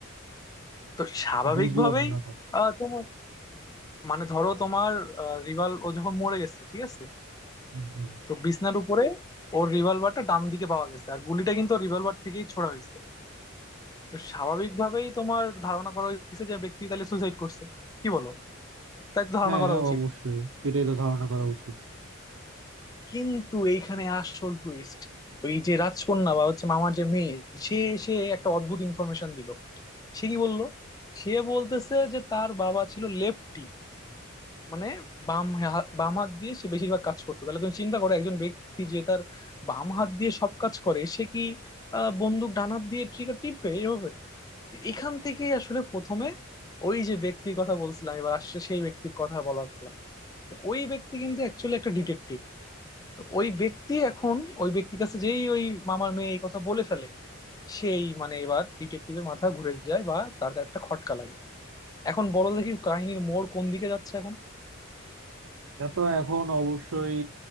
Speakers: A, on the left; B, on the right.
A: তো স্বাভাবিকভাবেই
B: বুঝলাম না কথা
A: আহ, তোমার মানে ধরো তোমার রিভল ও যখন মরে গেছে ঠিক আছে
B: হুম, হুম।
A: তো বিছনার উপরে ওর রিভলভারটা ডান দিকে পাওয়া গেছে আর গুলিটা কিন্তু রিভলভার থেকেই ছোড়া হয়েছে তো স্বাভাবিকভাবেই তোমার ধারণা করা হয়েছে যে ব্যক্তি তাহলে সুইসাইড করছে কি বলো তাই তো ধারণা
B: হ্যাঁ
A: করা উচিত
B: অবশ্যই এটাই তো ধারণা করা উচিত
A: কিন্তু এইখানে আসল টুইস্ট ওই যে রাজকন্যা বা হচ্ছে মামার যে মেয়ে সে সে একটা অদ্ভুত ইনফরমেশন দিল সে কি বললো সে বলতেছে যে তার বাবা ছিল লেফটি মানে বাম হা- বাম হাত দিয়ে সে বেশিরভাগ কাজ করতো তাহলে তুমি চিন্তা করো একজন ব্যক্তি যে তার বাম হাত দিয়ে সব কাজ করে সে কি আহ, বন্দুক ডান হাত দিয়ে ট্রিগার টিপবে এভাবে এখান থেকেই আসলে প্রথমে ওই যে ব্যক্তির কথা বলছিলাম এবার আসছে সেই ব্যক্তির কথা বলার পালা তো ওই ব্যক্তি কিন্তু অ্যাকচুয়ালি একটা ডিটেকটিভ তো ওই ব্যক্তি এখন ওই ব্যক্তির কাছে যেই ওই মামার মেয়ে এই কথা বলে ফেলে সেই মানে এবার ডিটেকটিভের মাথা ঘুরে যায় বা তার একটা খটকা লাগে এখন বলো দেখি কাহিনীর মোড় কোন দিকে যাচ্ছে এখন
B: এটা তো এখন অবশ্যই